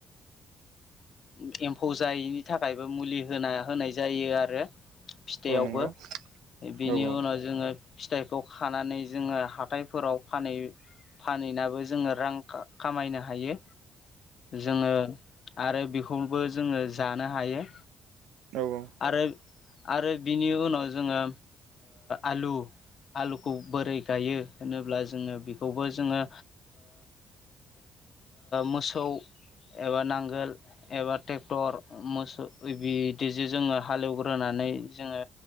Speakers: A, on the left; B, on the right.
A: <inaudible> फिथाइयावबो
B: औ नंगौ
A: बेनि
B: औ औ
A: उनाव जोङो फिथाइखौ खानानै जोङो हाथायफोराव फानैहैयो फानहैनाबो जोङो रां खामायनो हायो जोंङो आरो बेखौबो जोंङो जानो हायो
B: औ औ
A: आरो आरो बिनि उनाव जोंङो आलु आलुखौ बोरै गायो होनोब्ला जोंङो बेखौबो जोंङो मोसौ एबा नांगोल एबा ट्रेक्टर मोसौ बिदिजों जोंङो हालेवग्रोनानै जोंङो